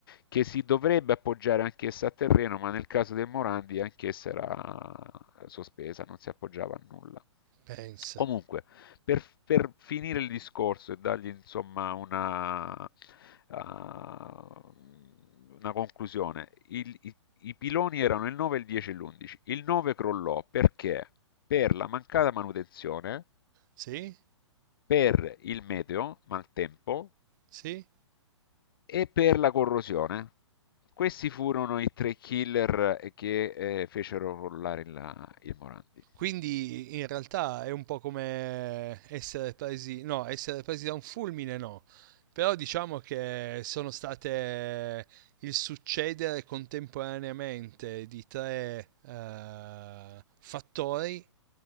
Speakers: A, on the left (about 50°); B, on the right (about 40°).
A: che si dovrebbe appoggiare anch'essa a terreno, ma nel caso del Morandi anch'essa era sospesa, non si appoggiava a nulla.
B: pensa.
A: Comunque, per, per finire il discorso e dargli insomma una, ah, una conclusione, il- i, i piloni erano il 9, il 10 e l'11. Il 9 crollò perché? Per la mancata manutenzione,
B: Sì?
A: per il meteo, maltempo,
B: Sì?
A: e per la corrosione. Questi furono i tre killer che eh, fecero crollare il, il Morandi.
B: Quindi in realtà è un po' come essere presi, no, essere presi da un fulmine no, però diciamo che sono state il succedere contemporaneamente di tre eh, fattori